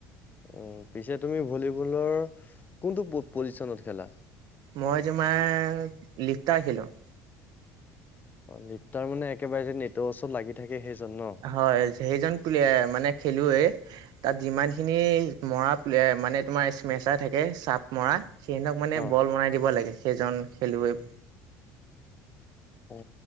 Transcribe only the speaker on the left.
উ পিছে তুমি ভলীবলৰ কোনটো পজিশনত খেলা
অ লিপটাৰ মানে একেবাৰে যে নেটৱৰ্চো লাগি থাকে সেইজন ন
অ
অ